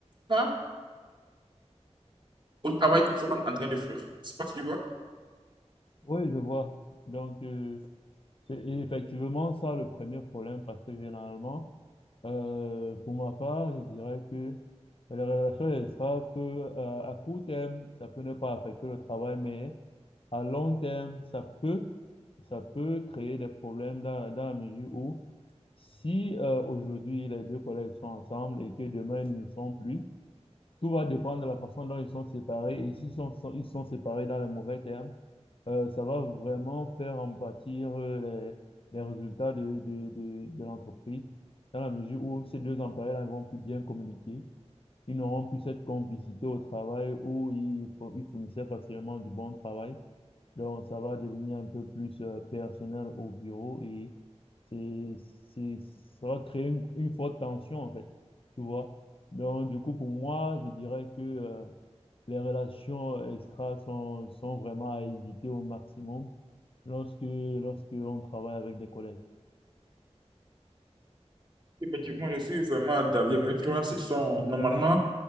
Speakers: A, on the right (about 40°); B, on the left (about 50°).
A: pas au travail que nous sommes en train de faire. C'est parce que, tu vois,
B: Oui, je vois. Donc, euh, C'est effectivement ça le premier problème parce que généralement, euh, pour ma part, je dirais que la relation, elle sera peu, euh, à court terme, ça peut ne pas affecter le travail, mais à long terme, ça peut, ça peut créer des problèmes dans, dans la mesure où si euh, aujourd'hui les deux collègues sont ensemble et que demain ils ne le sont plus, tout va dépendre de la façon dont ils sont séparés et s'ils sont, sont- ils sont séparés dans les mauvais termes euh, ça va vraiment faire en partie euh, les, les résultats de, de, de, de l'entreprise, dans la mesure où ces deux employés-là ne vont plus bien communiquer, ils n'auront plus cette complicité au travail où ils, fo- ils fournissaient facilement du bon travail. Donc, ça va devenir un peu plus euh, personnel au bureau et c'est, c'est, ça va créer une, une forte tension, en fait, tu vois. Donc, du coup, pour moi, je dirais que euh, les relations euh, extra sont, sont vraiment à éviter au maximum lorsque, lorsque on travaille avec des collègues.
A: effectivement, je suis vraiment d'avis avec toi. Ce sont, normalement,